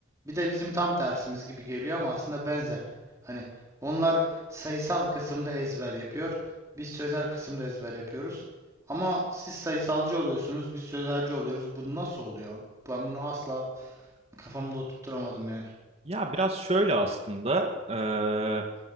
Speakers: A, on the right; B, on the right.
A: Bir de bizim tam tersimiz gibi geliyor ama aslında benzer. Hani onlar sayısal kısımda ezber yapıyor. Biz sözel kısımda ezber yapıyoruz. Ama siz sayısalcı oluyorsunuz, biz sözelci oluyoruz. Bu nasıl oluyor? Ben bunu asla kafamda oturtturamadım yani.
B: Ya biraz şöyle aslında eee,